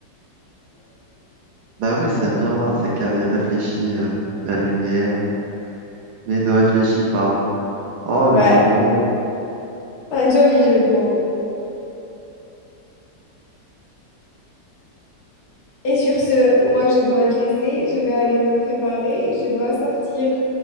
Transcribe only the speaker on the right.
Bah oui, c'est un miroir, c'est clair. Il réfléchit euh, la lumière, mais ne réfléchit pas. Oh, le
jeu de mots.